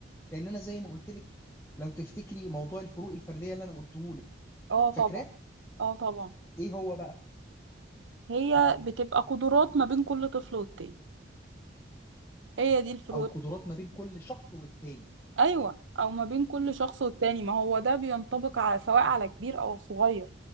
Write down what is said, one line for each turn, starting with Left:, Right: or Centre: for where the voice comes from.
Left: لان انا زي ما قلت لك لو تفتكري موضوع الفروق الفرديه اللي انا قلته لك
Right: اه طبعا
Left: فاكراه
Right: اه طبعا
Left: ايه هو بقى
Right: هي بتبقى قدرات ما بين كل طفل والتاني هي دي الفروق
Left: او قدرات ما بين كل شخص والتاني
Right: ايوه او ما بين كل شخص والتاني ما هو ده بينطبق على سواء على كبير او صغير